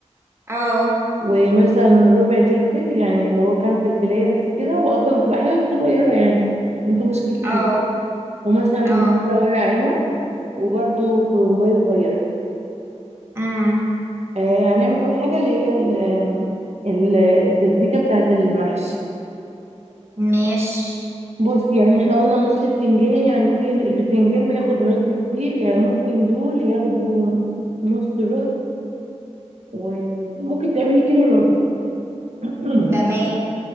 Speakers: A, on the right (about 20°); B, on the right (about 65°).
A: اه
B: ومثلا ربع فلفل يعني اللي هو كام فلفلايه بس كده واصلا بتبقى حاجه صغيره يعني انتوا مش كتير
A: اه
B: ومثلا
A: اه
B: ربع ورق عنب وبرده كرنبايه صغيره
A: امم
B: آه، هنعمل اول حاجه اللي هي ال- آم، ال- التسبيكه بتاعه المحشي
A: ماشي
B: بص يعني احنا قلنا نص الفنجان يعني قولي إن الفنجان بياخد رز كتير يعني ممكن دول ياخدوا نص رز وممكن تعملي كيلو رز <clears throat>
A: تمام